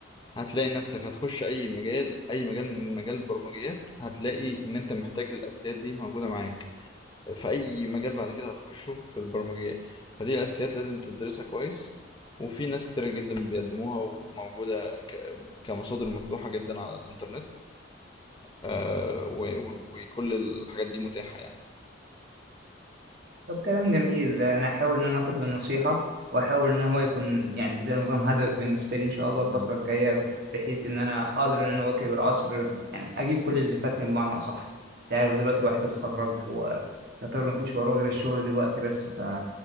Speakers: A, on the left (about 25°); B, on the right (about 50°).
A: هتلاقي نفسك هتخش اي مجال اي مجال من مجال البرمجيات هتلاقي ان انت محتاج الاساسيات دي موجودة معاك في اي مجال بعد كده هتخشه في البرمجيات فدي اساسيات لازم تدرسها كويس وفي ناس كتيرة جدا بيقدموها وموجودة ك- كمصادر مفتوحة جدا على الإنترنت آه، و- و- وكل الحاجات دي متاحة يعني
B: طب كلام جميل انا هحاول ان انا اخد بالنصيحه واحاول ان هو يكون يعني زي نظام هدف بالنسبه لي ان شاء الله الفتره
A: مم.
B: الجايه بحيث ان انا اقدر ان انا اواكب العصر يعني اجيب كل اللي فاتني بمعنى اصح انت عارف دلوقتي الواحد اتخرج ويعتبر مفيش وراه غير الشغل دلوقتي بس ف